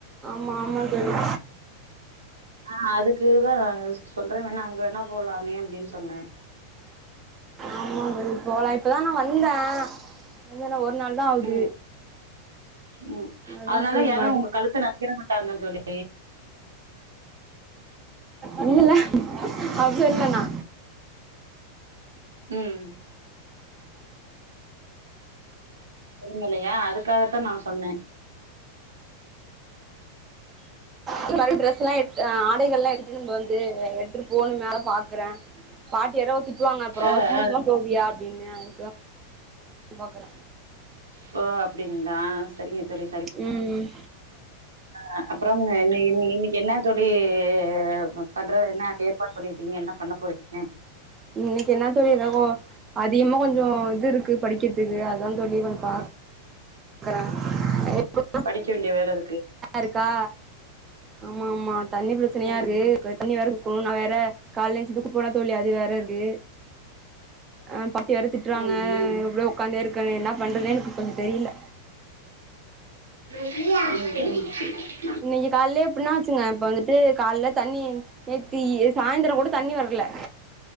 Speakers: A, on the right; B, on the right.
A: ஆமா ஆமா தோழி
B: ஆ அதுக்குதா நா யோசிச்சிட்டு சொல்ற வேணா அங்க வேணா போலாண்ண அப்டின்னு சொன்ன
A: ஆமாங்க போலா இப்பதா நா வந்தேன் வந்தன்னா ஒரு நாள் தா ஆவுது
B: ம் ம்
A: அதா
B: அதனால
A: சரி
B: யாரும்
A: மறு
B: உங்க கழுத்த ந க்கீறமாட்டாங்க தோழி
A: இல்லல்ல அப்டி இல்லண்ணா
B: ம் தெரியலையா அதுக்காகத்தா நா சொன்ன
A: இல்லல அது ட்ரெஸ்ல்லா எடுத் ஆடைகள்ல்லா எடுத்துட்டு வந்து அங்குட்டு போணுமே அத பாக்றே பாட்டி வேற திட்டுவாங்க அப்றோ
B: ஆ
A: சும்மா
B: ஆ
A: சும்மா போவியா அப்டின்னு அதுக்குதா பாக்கற
B: ப்போ அப்டின்ங்களா சரிங்க தோழி
A: ம்
B: அ அப்றம் இன்ன இன்னைக்கு என்ன தோழி அ பண்றதுகென்ன என்ன ஏற்பாட் பண்ணிர்க்கீங்க என்ன பண்ண போறீங்க
A: ம் இன்னைக்கு என்ன தோழி ரகோ அதிகமா கொஞ்ச இது இருக்கு படிக்கறதுக்கு அதா தோழி பா க்கற ஏப்பு
B: படிக்க வேண்டிய வேல இருக்கு
A: ருக்கா ஆமா ஆமா தண்ணி பிரச்சனயா
B: ம்
A: இருக்கு தண்ணி வேற தூக்குனு நா வேற கால்ல எஞ்சுட்டு தூக்க போற தோழி அது வேற இருக்கு அ பட்டி வேற திட்றாங்க
B: ம் ம் ம்
A: இப்டியே உக்காந்தே இருக்க என்ன பண்றதேனு எனக்கு கொஞ்சோ தெரில
B: <inaudible>
A: இன்னைக்கு கால்லே எப்புனா வெச்சுங்க இப்ப வந்துட்டு கால்ல தண்ணி நேத்தி சாயந்தரம் கூட தண்ணி வரல